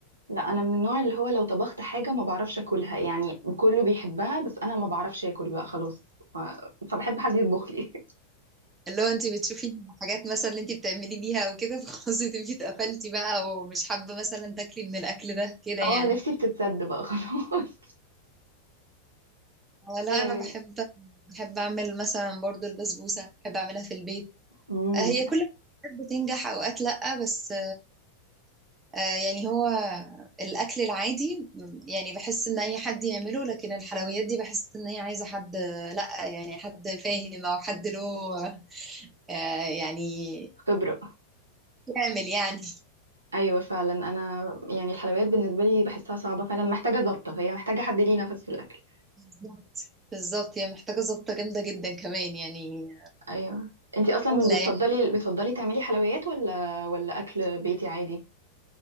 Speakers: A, on the right; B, on the right.
A: لا انا من النوع اللي هو لو طبخت حاجه ما بعرفش اكلها يعني كله بيحبها بس انا ما بعرفش اكل بقى خلاص ف... فبحب حد يطبخ لي <laughs>
B: اللي هو انت بتشوفي حاجات مثلا اللي انت بتعملي بيها او كده فخلاص تبقي اتقفلتي بقى ومش حابه مثلا تاكلي من الاكل ده كده يعني
A: اه نفسي بتتسد بقى خلاص
B: آه لا
A: <laughs> إيه.
B: انا بحب بحب اعمل مثلا برضو البسبوسه بحب اعملها في البيت
A: امم
B: آه هي كل حاجات بتنجح اوقات لا بس آه، يعني هو الأكل العادي م- يعني بحس إن أي حد يعمله لكن الحلويات دي بحس إن هي عايزة حد لأ يعني حد فاهم أو حد له آه، يعني
A: خبره
B: يعمل يعني
A: ايوه فعلا انا يعني الحلويات بالنسبه لي بحسها صعبه فعلا محتاجه ضبطه هي محتاجه حد ليه نفس في الاكل
B: بالظبط بالظبط هي محتاجة ظبطة جامدة جدا كمان يعني
A: ايوه انتي اصلا
B: سهلة
A: من بتفضلي
B: يعني
A: بتفضلي تعملي حلويات ولا ولا اكل بيتي عادي